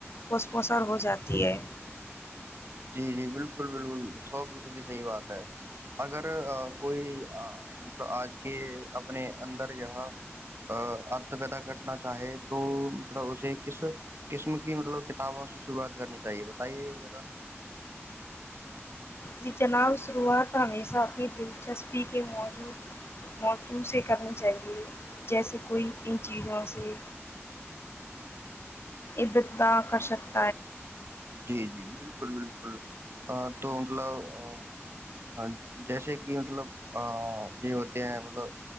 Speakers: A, on the left; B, on the right.
A: خوس مسر ہو جاتی تی ہے
B: جی جی بالکل الکل بالکل سوش صحیح بات ہے اگر کوئی مطلب آج کے اپنے اندر یہاں ات پیدا کرنا چاہے تو مطلب اسے کس قسم کی مطلب کتابوں سے شروعات کرنی چاہیے بتائیے ذرا
A: جی جناب شروعات ہمیشہ اپنی دلچسپی کے موجود موجوع سے کرنی چاہیے جیسے کوئی ان چیزوں سے ابتد کر سک
B: جی جی بالکل بالکل ا تو مطلب ہمم ہاں جیسے کہ مطلب ا یہ ہوتے ہیں مطلب